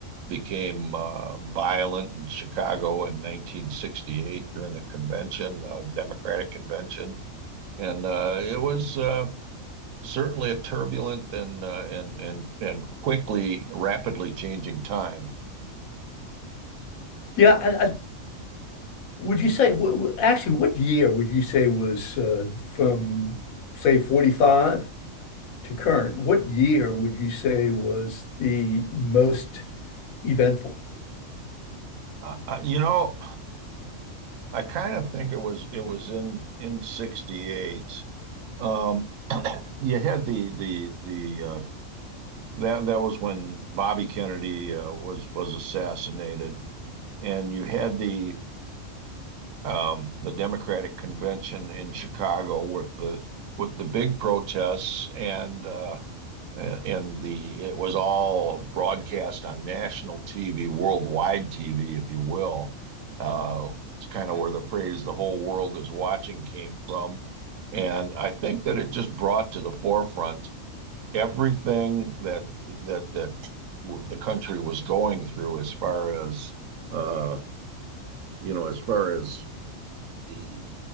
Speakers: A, on the right (about 75°); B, on the left (about 85°).
A: became uh, violent in Chicago in 1968 during the convention, uh, Democratic convention. And uh, it was, uh, certainly a turbulent and uh, and and and quickly, rapidly changing time.
B: Yeah, I, I, would you say wh- actually what year would you say was uh, from say 45 to current? What year would you say was the most eventful?
A: Uh, uh, you know, I kind of think it was it was in in '68. Um, you had the the the uh, that that was when Bobby Kennedy uh, was was assassinated, and you had the um, the Democratic convention in Chicago with the with the big protests and uh, Uh, and, the it was all broadcast on national TV, worldwide TV, if you will. Uh, it's kind of where the phrase "the whole world is watching" came from, and I think that it just brought to the forefront everything that that that the country was going through as far as uh, you know, as far as the